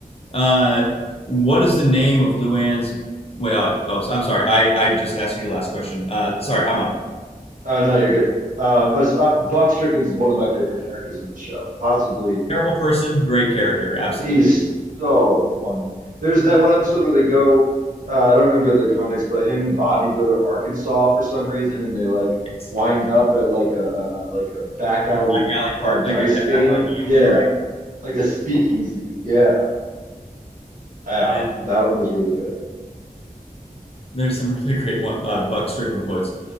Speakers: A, on the left (about 40°); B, on the right (about 60°).
A: Uh, what is the name of Luann's? Wait, uh, oh, so- I'm sorry. I, I just asked you the last question. Uh, sorry, I'm up.
B: Oh, no, you're good. Um, but uh, Buck Strickland is one of my favorite characters in the show, possibly.
A: Terrible person, great character, absolutely.
B: He's so funny. There's that one episode where they go, uh, I don't remember the context, but him and Bobby go to Arkansas for some reason, and they like
A: It's
B: wind up at like a, a a- like a back alley
A: A back alley
B: uh,
A: park,
B: dice
A: like a,
B: game.
A: a back alley
B: Yeah,
A: gambling ring,
B: like a speakeasy. Yeah, yeah,
A: and
B: that
A: uh,
B: one was really good.
A: there's some <laughs> really great one, uh, Buck Strickland quotes.